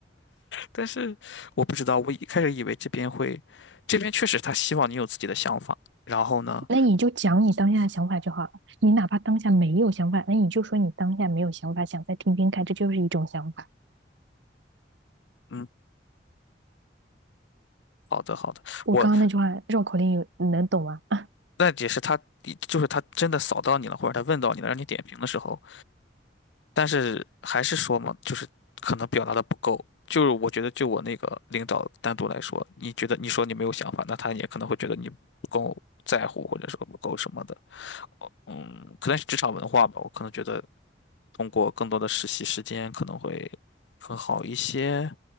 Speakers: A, on the left; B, on the right.
A: 但是我不知道，我一开始以为这边会，这边确实他希望你有自己的想法，然后呢？
B: 那你就讲你当下的想法就好了。你哪怕当下没有想法，那你就说你当下没有想法，想再听听看，这就是一种想法。
A: 嗯。好的，好的，
B: 我刚刚那句话绕口令有你能懂吗？
A: 我
B: <laughs>
A: 那也是他，就是他真的扫到你了，或者他问到你了，让你点评的时候，但是还是说嘛，就是可能表达的不够。就是我觉得，就我那个领导单独来说，你觉得你说你没有想法，那他也可能会觉得你不够在乎，或者说不够什么的。嗯，可能是职场文化吧，我可能觉得通过更多的实习时间可能会更好一些。